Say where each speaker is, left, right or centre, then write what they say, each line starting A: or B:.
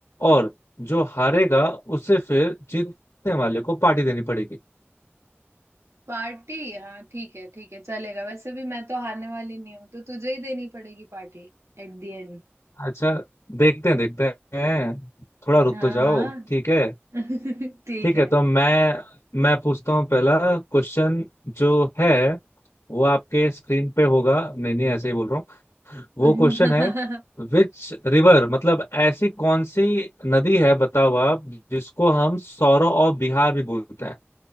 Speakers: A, on the left (about 80°); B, on the right (about 85°).
A: और जो हारेगा उसे फिर जीतने वाले को पार्टी देनी पड़ेगी
B: पार्टी हाँ ठीक है ठीक है चलेगा वैसे भी मैं तो हारने वाली नहीं हूँ तो तुझे ही देनी पड़ेगी पार्टी एट द एंड
A: अच्छा देखते हैं देखते हैं थोड़ा रुक
B: हाँ
A: तो जाओ
B: हाँ
A: ठीक है
B: <laughs> ठीक
A: ठीक
B: है
A: है तो मैं मैं पूछता हूँ पहला क्वेश्चन जो है वो आपके स्क्रीन पे होगा नहीं नहीं ऐसे ही बोल रहा हूँ
B: <laughs>
A: वो क्वेश्चन है विच रिवर मतलब ऐसी कौन सी नदी है बताओ आप जिसको हम सौरो ऑफ बिहार भी बोलते हैं